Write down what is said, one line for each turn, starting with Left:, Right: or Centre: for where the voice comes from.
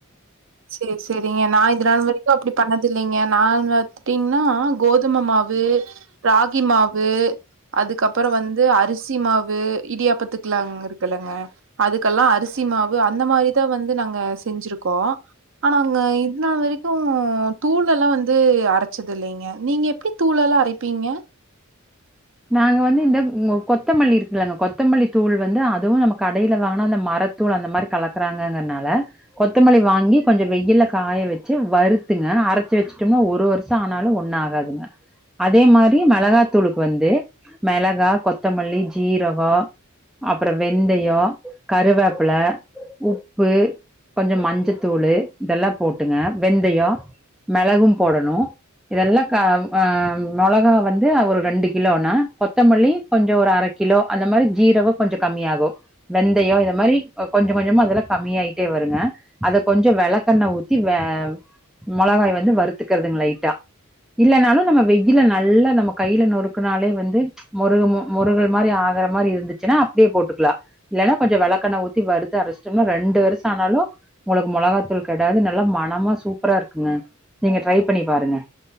Right: சேர் செரிங்க நா இது நாள் வரைக்கு அப்டி பண்ணத் தில்லைங்க நான் வத்துட்டீங்னா கோதும மாவு ராகி மாவு அதுக்கப்பறோ வந்து அரிசி மாவு இடியாப்பத்துக்லாங் இருக்கலங்க அதுக்கல்லா அரிசி மாவு அந்த மாரிதா வந்து நாங்க செஞ்சிருக்கோ ஆனா அங்க இது நாள் வரைக்கு தூள் எல்லா வந்து அரச்சது இல்லைங்க நீங்க எப்டி தூள் எலா அரைப்பீங்க
Centre: நாங்க வந்து இந்த கொ கொத்தமல்லி இருக்குல்லங்க கொத்தமல்லி தூள் வந்து அதுவு நம்ம கடைல வாங்கனா அந்த மரத் தூள் அந்த மாரி கலக்கறாங்ககர்னால கொத்தமல்லி வாங்கி கொஞ்ச வெய்யில காய வச்சு வறுத்துங்க அரச்சு வச்சட்டம்னா ஒரு வருஷ் ஷ ஆனாலு ஒன்னு ஆகாதுங்க அதே மாரி மெளகாத்தூளுக்கு வந்து மெளகா கொத்தமல்லி ஜீரகோ அப்றோ வெந்தயோ கருவேப்பல உப்பு கொஞ்ச மஞ்சத்தூளு இதெல்லாம் போட்டுங்க வெந்தயோ மெளகும் போடணு இதெல்லாக் கேம் ஆம் மொளகா வந்து ஒரு ரெண்டு கிலோனா கொத்தமல்லி கொஞ்சோ ஒரு அர கிலோ அந்த மாரி ஜீரகோ கொஞ்சோ கம்மியாகு வெந்தயோ இத மாரி கொஞ்ச கொஞ்சமா அதெலா கம்மியாயிட்டே வருங்கே அதக் கொஞ்சோ வெளக்கெண்ண ஊத்தி வே மொளகாய் வந்து வறுத்துக்கிறதுங் லைட்டா இல்லனாலு நம்ம வெயில நல்லா நம் நம்ம கையில நொறுக்குனாலே வந்து முருகுமு முருகள் மாரி ஆகற மாரி இருந்துச்சுனா அப்டியே போட்டுக்லா இல்லனா கொஞ்ச வெளக்கெண்ண ஊத்தி வறுத்து அரச்டம்னா ரெண்டு வருஷ ஆனாலு உங்குளுக்கு மொளகாத்தூள் கெடாது நல்லா மனமா சூப்பராருக்குங்க நீங்க ட்ரைப் பண்ணி பாருங்க